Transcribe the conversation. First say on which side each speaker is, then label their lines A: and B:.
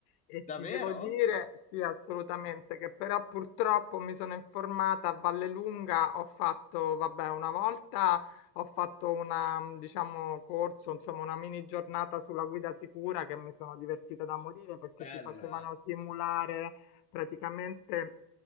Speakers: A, on the left; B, on the left.
A: e
B: Davvero?
A: ti devo dire, sì, assolutamente, che però purtroppo mi sono informata a Vallelunga, ho fatto, vabbè, una volta ho fatto una, mh, diciamo, corso, insomma, una mini giornata sulla guida sicura che mi sono divertita da morire perché
B: Bello,
A: ti facevano
B: eh?
A: simulare praticamente